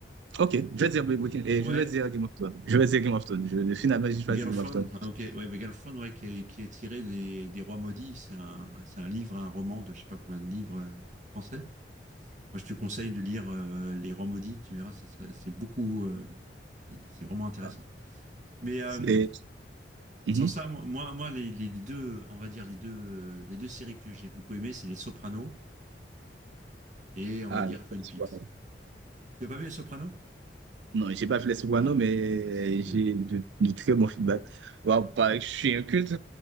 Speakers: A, on the right (about 85°); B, on the right (about 45°).
A: Ok, je vais dire Breaking- eh,
B: ouais
A: je vais dire Game of Thrones. Je vais dire Game of Thrones. Je- finalement, j'ai choisi
B: Girlfriend.
A: Game of Thrones.
B: ah, ok, ouais, mais Girlfriend, ouais, qui est, qui est tiré des, des Rois Maudits. C'est un, c'est un livre, un roman de je sais pas combien de livres euh, français. Moi, je te conseille de lire euh, Les Rois Maudits. Tu verras, ça serait, c'est beaucoup, euh, et c'est vraiment intéressant.
A: Ah,
B: Mais euh,
A: c'est- Mhm.
B: sans ça, moi, moi, moi, les, les deux, on va dire les deux, les deux séries que j'ai beaucoup aimées, c'est Les Sopranos et on
A: Ah,
B: va dire
A: là,
B: Twin
A: c'est
B: Peaks.
A: bon.
B: Tu as pas vu Les Sopranos?
A: Non, j'ai pas fait les sopranos,
B: Ah,
A: mais
B: ah, c'est génial.
A: j'ai de, de très bons feedbacks. Waouh, pareil, je suis un culte.